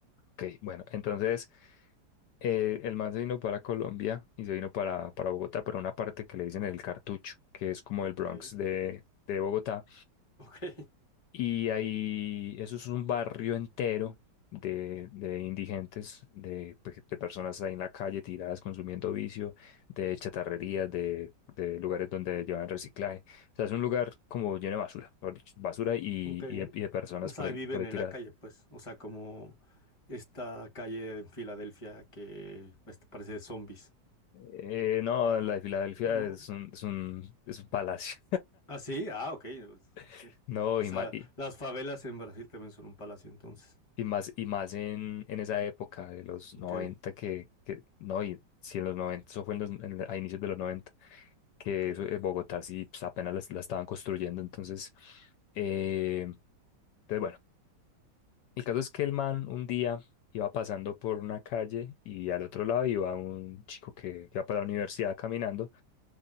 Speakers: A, on the left; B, on the left.
A: ok. Bueno, entonces eh, el man se vino para Colombia y se vino para, para Bogotá, para una parte que le dicen el Cartucho, que es como el
B: Ok,
A: Bronx de, de Bogotá.
B: <laughs> ok.
A: Y ahí, eso es un barrio entero de, de indigentes, de, pe- de personas ahí en la calle tiradas consumiendo vicio, de chatarrerías, de, de lugares donde llevan reciclaje. O sea, es un lugar como lleno de basura, mejor dicho, basura y,
B: Ok.
A: y de, y de personas
B: O sea,
A: por ahí,
B: viven
A: por ahí
B: en
A: tiradas.
B: la calle, pues. O sea, como esta calle en Filadelfia que pues, te parece de zombies.
A: Eh, no, la de Filadelfia
B: No.
A: es un, es un, es un palacio,
B: Ah, sí, ah, ok. Pues, ok.
A: <laughs> ¿no?
B: O
A: Y
B: sea,
A: más, y,
B: las favelas en Brasil también son un palacio, entonces.
A: y más, y más en, en esa época de los
B: Ok,
A: 90 que, que no, y si en los 90 eso fue en los, en- a inicios de los 90 que
B: ok,
A: eso, eh, Bogotá sí pues, apenas la, la estaban construyendo, entonces, eh, entonces, bueno, el caso es que el man un día iba pasando por una calle y al otro lado iba un chico que iba para la universidad caminando